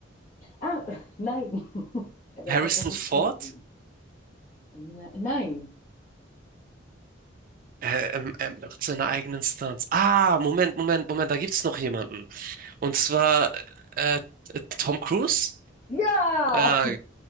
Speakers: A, on the left (about 40°); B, on the right (about 45°).
A: Ah, <laughs> nein, <laughs> der wäre
B: Harrison
A: tatsächlich
B: Ford?
A: cool gewesen. Ne- Nein.
B: Äh, ähm, ähm, macht seine eigenen Stunts. Ah, Moment, Moment, Moment, da gibt's noch jemanden. Und zwar äh, äh, Tom Cruise?
A: Ja!
B: Ah,